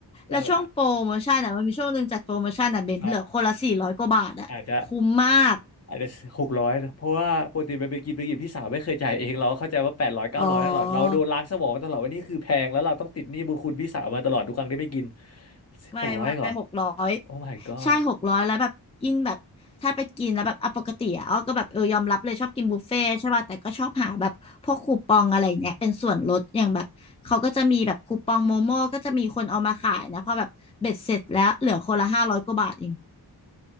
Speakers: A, on the left; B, on the left.
A: แล้วช่วงโปรโมชั่นอ่ะมันมีช่วงหนึ่งจัดโปรโมชั่นอ่ะเบนเหลือคนละสี่ร้อยกว่าบาทอ่ะคุ้มมาก
B: เอออ่ะครับอาจจะ อาจจะหกร้อยเพราะว่าปกติไปไปกินไปกินพี่สาวไม่เคยจ่ายเองเราก็เข้าใจว่าแปดร้อยเก้าร้อยตลอดเราโดนล้างสมองมาตลอดว่านี่คือแพงแล้วเราต้องติดหนี้บุญคุณพี่สาวมาตลอดทุกครั้งที่ไปกิน
A: อ๋อไม่ไม่หกร้อย
B: หกร้อยเองเหรอโอ้ my god
A: ใช่หกร้อยแล้วแบบยิ่งแบบถ้าไปกินแล้วแบบอ่ะปกติอ่ะอ้อก็แบบเออยอมรับเลยชอบกินบุฟเฟ่ต์ใช่ป่ะแต่ก็ชอบหาแบบพวกคูปองอะไรเนี้ยเป็นส่วนลดอย่างแบบเขาก็จะมีแบบคูปองโมโม่ก็จะมีคนเอามาขายนะพอแบบเบ็ดเสร็จแล้วเหลือคนละห้าร้อยกว่าบาทเอง